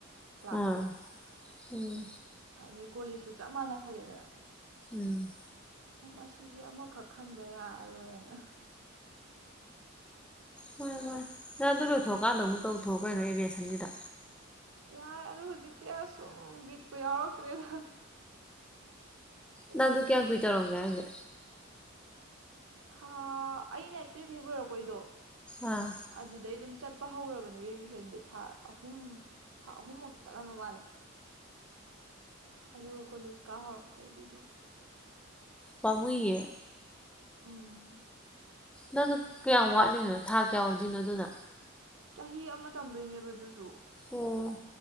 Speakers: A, on the right; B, in the centre.
A: ꯀ꯭ꯂꯥꯁ
B: ꯑꯥ
A: ꯇꯣ
B: ꯎꯝ
A: ꯑ ꯀꯣꯂꯤꯖꯁꯨ ꯆꯞ ꯃꯥꯟꯅ ꯈꯜꯂꯦꯗꯅ
B: ꯎꯝ
A: ꯑꯁꯤꯗꯤ ꯑꯃꯈꯛ ꯈꯟꯗ ꯌꯥꯔꯣꯏꯅ
B: ꯃꯥꯅꯦ ꯃꯥꯅꯦ ꯅꯪ ꯑꯗꯨ ꯊꯣꯛ
A: ꯑꯩ
B: ꯀꯥꯟꯗ ꯀꯥꯏꯗ ꯑꯃꯨꯛꯇꯧ ꯇꯧꯊꯣꯛꯑꯣ ꯀꯩꯅꯣ ꯑꯦꯕꯁꯟꯒꯤꯗ
A: ꯌꯥꯏ ꯑꯗꯨ ꯍꯧꯖꯤꯛꯇꯤ ꯑꯁ ꯁꯨꯝ ꯕꯤꯠꯄꯨ ꯌꯥꯎꯔꯛꯇ꯭ꯔꯦꯗ ꯑꯦꯚꯤꯌꯦꯁꯟꯗꯣ
B: ꯅꯪꯥꯗꯨ ꯀꯌꯥ ꯀꯨꯏ ꯇꯧꯔꯝꯒꯦ ꯍꯥꯏꯖꯦ
A: ꯊ ꯑꯩꯅ ꯇꯨꯋꯦꯞ ꯍꯦꯛ ꯑꯣꯏꯔꯛ ꯑꯩꯈꯣꯏꯗꯣ
B: ꯑꯥ
A: ꯑꯗꯨꯗꯩ ꯑꯗꯨꯝ ꯆꯠꯄ ꯍꯧꯔꯕꯅꯦ ꯕꯦꯕꯤ ꯁꯦꯁꯟꯁꯦ ꯊꯥ ꯑꯍꯨꯝ ꯊꯥ ꯑꯍꯨꯝꯃꯨꯛꯇꯤ ꯆꯠꯂꯝꯕ ꯃꯥꯜꯂꯦ ꯑꯗꯨꯒ ꯀꯣꯂꯦꯖ ꯀꯥ ꯍꯧꯔꯛꯄꯩꯗꯤ ꯑꯗꯨꯝ
B: ꯄꯥꯃꯨꯏꯌꯦ
A: ꯎꯝ
B: ꯅꯪꯗ ꯀꯌꯥꯝ ꯋꯥꯠꯂꯤꯅꯣꯅꯣ ꯊꯥ ꯀꯌꯥ ꯑꯣꯏꯗꯣꯏꯅꯣ ꯑꯗꯨꯅ
A: ꯆꯍꯤ ꯑꯃ ꯇꯝꯗꯣꯏꯅꯦꯕ ꯑꯗꯨꯁꯨ
B: ꯑꯣ